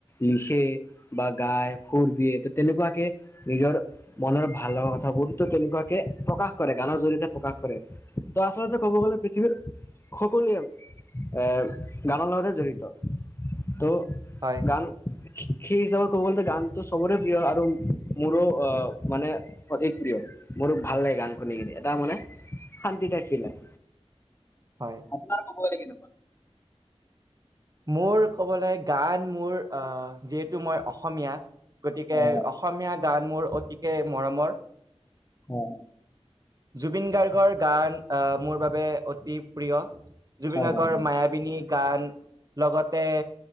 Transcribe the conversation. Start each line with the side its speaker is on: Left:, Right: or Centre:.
Left: লিখে বা গাই সুৰ দিয়ে ত' তেনেকুৱাকে নিজৰ মনৰ ভাল লগা কথাবোৰ ত' তেনেকুৱাকে প্ৰকাশ কৰে। গানৰ জৰিয়তে প্ৰকাশ কৰে ত' আচলতে ক'ব গ'লে পৃথিৱীৰ সকলোৱে। এ' গানৰ লগতে জড়িত তো
Right: হয়
Left: গান সেই হিচাপে ক'ব গ'লে গানটো সবৰে প্ৰিয় আৰু মোৰো অ' মানে অধিক প্ৰিয়। মোৰ ভাল লাগে গান শুনিকিনে এটা মানে শান্তি টাইপ ফিল হয়।
Right: হয়
Left: আপোনাৰ ক'ব গ'লে।
Right: মোৰ ক'বলে গান মোৰ অ' যি মই অসমীয়া গতিকে
Left: হয়
Right: অসমীয়া গান মোৰ অতিকে মৰমৰ।
Left: উম।
Right: জুবিন গাৰ্গৰ গান আহ মোৰ বাবে অতি প্ৰিয়। জুবিন গাৰ্গৰ
Left: হয় হয়
Right: মায়াবিনী গান। লগতে